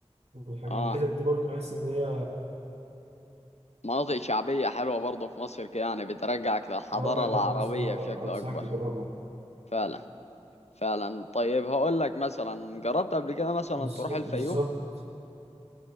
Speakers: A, on the right; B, on the left.
A: والحاجات
B: اه
A: الحتت دي برضو بحس إن هي
B: مناطق شعبيه حلوه برضه في مصر كده يعني بترجعك للحضاره
A: اه لا
B: العربيه
A: جامدة أوي الصراحة
B: بشكل
A: أنصحك
B: اكبر
A: تجربها
B: فعلا فعلا طيب هقول لك مثلا جربت قبل كده مثلا
A: بالز-
B: تروح الفيوم
A: بالظبط